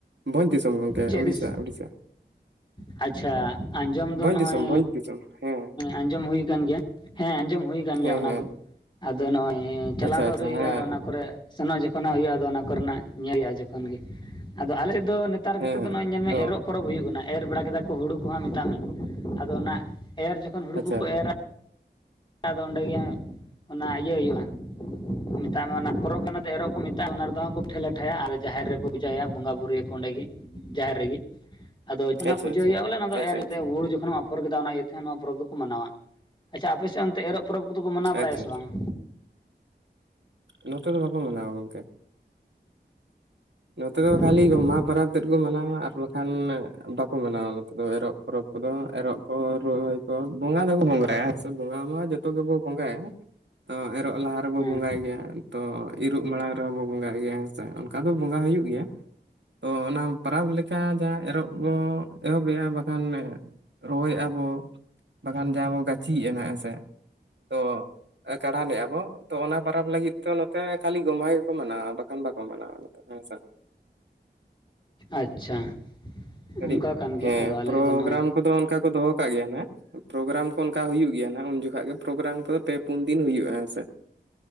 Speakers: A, on the right (about 80°); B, on the left (about 25°).
A: ᱵᱷᱚᱡᱽ ᱫᱤᱥᱚᱢ ᱜᱚᱝᱠᱮ
B: ᱪᱮᱫ
A: ᱚᱲᱤᱥᱥᱟ
B: ᱫᱤᱥ
A: ᱚᱲᱤᱥᱥᱟ
B: ᱟᱪᱪᱷᱟ ᱟᱸᱡᱚᱢ ᱫᱚ
A: ᱵᱷᱚᱡᱽ
B: ᱱᱚᱜᱼᱚᱭ
A: ᱫᱤᱥᱚᱢ ᱵᱷᱚᱡᱽ ᱫᱤᱥᱚᱢ ᱦᱮᱸ
B: ᱟᱸᱡᱚᱢ ᱦᱩᱭ ᱠᱟᱱ ᱜᱮᱭᱟ ᱦᱮᱸ ᱟᱸᱡᱚᱢ ᱦᱩᱭ ᱟᱠᱟᱱᱟ
A: ᱦᱮᱸ
B: ᱜᱮᱭᱟ ᱚᱱᱟ
A: ᱦᱮᱸ
B: ᱠᱚ ᱟᱫᱚ ᱱᱚᱜᱼᱚᱭ ᱦᱮᱸ ᱪᱟᱞᱟᱣ
A: ᱟᱪᱪᱷᱟ
B: ᱫᱚ
A: ᱟᱪᱪᱷᱟ
B: ᱟᱹᱣᱨᱤ ᱦᱩᱭᱩᱜᱼᱟ
A: ᱦᱮᱸ
B: ᱟᱨ ᱚᱱᱟ ᱠᱚᱨᱮ ᱥᱮᱱᱚᱜ ᱡᱚᱠᱷᱚᱱ ᱦᱟᱜ ᱦᱩᱭᱩᱜᱼᱟ ᱟᱫᱚ ᱚᱱᱟ ᱠᱚᱨᱮᱱᱟᱜ ᱧᱮᱞ ᱦᱩᱭᱩᱜᱼᱟ ᱡᱚᱠᱷᱚᱱ ᱜᱮ ᱟᱫᱚ ᱟᱞᱮ ᱫᱚ ᱱᱤᱛᱚᱜ ᱱᱮᱛᱟᱨ
A: ᱦᱮᱸ
B: ᱠᱟᱛᱮᱫ ᱫᱚ
A: ᱦᱮᱸ
B: ᱱᱚᱜᱼᱚᱭ ᱧᱮᱞ ᱢᱮ
A: ᱛᱚ
B: ᱮᱨᱚᱜ ᱯᱚᱨᱚᱵᱽ ᱦᱩᱭᱩᱜ ᱠᱟᱱᱟ ᱮᱨ ᱵᱟᱲᱟ ᱠᱮᱫᱟ ᱠᱚ ᱦᱩᱲᱩ ᱠᱚᱦᱚᱸ ᱢᱮᱛᱟᱜ ᱢᱮ ᱟᱫᱚ ᱚᱱᱟ ᱮᱨ ᱡᱚᱠᱷᱚᱱ ᱦᱩᱲᱩ
A: ᱟᱪᱪᱷᱟ
B: ᱠᱚᱠᱚ
A: ᱟᱪᱪᱷᱟ
B: ᱮᱨᱟ ᱟᱫᱚ ᱚᱸᱰᱮ ᱜᱮ ᱚᱱᱟ ᱤᱭᱟᱹ ᱦᱩᱭᱩᱜᱼᱟ ᱢᱮᱛᱟᱜ ᱢᱮ ᱚᱱᱟ ᱯᱚᱨᱚᱵᱽ ᱠᱟᱱᱟ ᱫᱚ ᱮᱨᱚᱜ ᱠᱚ ᱢᱮᱛᱟᱜᱼᱟ ᱚᱱᱟ ᱨᱮᱫᱚ ᱠᱚ ᱯᱤᱴᱷᱟᱹ ᱞᱟᱴᱷᱟᱭᱟ ᱟᱨ ᱡᱟᱦᱮᱨ ᱨᱮᱠᱚ ᱡᱟᱭᱟᱜ ᱵᱚᱸᱜᱟ ᱵᱩᱨᱩ ᱭᱟᱠᱚ ᱚᱸᱰᱮ ᱜᱮ ᱡᱟᱦᱮᱨ ᱨᱮᱜᱮ ᱟᱫᱚᱡ ᱚᱱᱟ
A: ᱟᱪᱪᱷᱟ
B: ᱯᱩᱡᱟᱹ
A: ᱟᱪᱪᱷᱟ
B: ᱦᱩᱭᱩᱜᱼᱟ ᱵᱚᱞᱮ ᱚᱱᱟ ᱫᱚ
A: ᱟᱪᱪᱷᱟ
B: ᱮᱨ ᱤᱭᱟᱹ
A: ᱟᱪᱪᱷᱟ
B: ᱦᱩᱲᱩ ᱡᱚᱠᱷᱚᱱ ᱮᱢ ᱟᱯᱷᱚᱨ ᱠᱮᱫᱟ ᱚᱱᱟ ᱤᱭᱟᱹ ᱛᱮ ᱱᱚᱣᱟ ᱯᱚᱨᱚᱵᱽ ᱫᱚᱠᱚ ᱢᱟᱱᱟᱣᱟ ᱟᱪᱪᱷᱟ ᱟᱯᱮ ᱚᱱᱛᱮ ᱮᱨᱚᱜ ᱯᱚᱨᱚᱵᱽ ᱫᱚᱠᱚ ᱢᱟᱱᱟᱣ ᱵᱟᱲᱟᱭᱟ
A: ᱟᱪᱪᱷᱟ
B: ᱥᱮ ᱵᱟᱝ
A: ᱱᱚᱛᱮ ᱫᱚ ᱵᱟᱠᱚ ᱢᱮᱱᱟᱣᱟ ᱜᱚᱝᱠᱮ ᱱᱚᱛᱮ ᱫᱚ ᱠᱷᱟᱹᱞᱤ
B: ᱟᱪᱪᱷᱟ
A: ᱯᱚᱨᱚᱵᱽ ᱛᱮᱫ ᱠᱚ ᱢᱟᱱᱟᱣᱟ ᱟᱨ ᱵᱟᱠᱷᱟᱱ ᱵᱟᱠᱚ ᱢᱟᱱᱟᱣᱟ ᱱᱚᱛᱮ ᱫᱚ ᱮᱨᱚᱜ ᱯᱚᱨᱚᱵᱽ ᱠᱚᱫᱚ ᱮᱨᱚᱜ ᱠᱚ ᱛᱚ ᱵᱚᱸᱜᱟ ᱫᱚᱠᱚ ᱵᱚᱸᱜᱟᱭᱟ ᱦᱮᱥᱮ ᱵᱚᱸᱜᱟ ᱢᱟ ᱡᱚᱛᱚ ᱜᱮᱵᱚ ᱵᱚᱸᱜᱟᱭᱟ ᱛᱚ ᱮᱨᱚᱜ ᱞᱟᱦᱟ ᱨᱮᱵᱚ
B: ᱦᱮᱸ
A: ᱵᱚᱸᱜᱟᱭ ᱜᱮᱭᱟ ᱛᱚ ᱤᱨᱚᱜ ᱢᱟᱲᱟᱝ ᱨᱮᱦᱚᱸ ᱵᱚ ᱵᱚᱸᱜᱟᱜ ᱜᱮᱭᱟ ᱦᱮᱸ ᱥᱮ ᱚᱱᱠᱟ ᱫᱚ ᱵᱚᱸᱜᱟ ᱦᱩᱭᱩᱜ ᱜᱮᱭᱟ ᱛᱚ ᱚᱱᱟ ᱯᱟᱨᱟᱵᱽ ᱞᱮᱠᱟ ᱡᱟ ᱮᱨᱚᱜ ᱵᱚ ᱮᱦᱚᱵ ᱮᱜᱟ ᱵᱟᱠᱷᱟᱱ ᱨᱚᱦᱚᱭ ᱭᱮᱜᱟ ᱵᱚ ᱵᱟᱠᱷᱟᱱ ᱡᱟᱦᱟ ᱵᱚ ᱜᱟᱹᱪᱤᱭᱮᱜ-ᱟ ᱱᱟᱦᱟᱜ ᱦᱮᱸ ᱥᱮ ᱛᱚ ᱠᱟᱰᱟᱢᱮᱜᱟ ᱵᱚ ᱛᱚ ᱚᱱᱟ ᱯᱚᱨᱟᱽ ᱞᱟᱹᱜᱤᱫ ᱛᱮ ᱱᱚᱛᱮ ᱠᱷᱟᱹᱞᱤ ᱜᱚᱢᱦᱟ ᱜᱮᱠᱚ ᱢᱟᱱᱟᱣᱟ ᱵᱟᱠᱷᱟᱱ ᱵᱟ <inaudible> ᱟᱱᱟᱣ ᱦᱮᱸᱥ
B: ᱟᱪᱪᱷᱟ
A: ᱠᱟᱹᱴᱤᱡ
B: ᱚᱱᱠᱟ ᱠᱟᱱ ᱜᱮᱭᱟ
A: ᱦᱮᱸ
B: ᱟᱫᱚ ᱟᱞᱮ
A: ᱯᱨᱳᱜᱨᱟᱢ
B: ᱥᱮᱫ ᱫᱚ ᱱᱚᱜᱼᱚᱭ
A: ᱠᱚᱫᱚ ᱚᱱᱠᱟ ᱠᱚ ᱫᱚᱦᱚ ᱚᱱᱠᱟ ᱜᱮᱭᱟ ᱟᱜ ᱯᱨᱳᱜᱨᱟᱢ ᱠᱚ ᱚᱱᱠᱟ ᱦᱩᱭᱩᱜ ᱜᱮᱭᱟ ᱦᱟᱜ ᱩᱱ ᱡᱚᱠᱷᱚᱱ ᱜᱮ ᱯᱨᱳᱜᱨᱟᱢ ᱠᱚᱫᱚ ᱯᱮ ᱯᱩᱱ ᱫᱤᱱ ᱦᱩᱭᱩᱜ-ᱟ ᱦᱮᱸ ᱥᱮ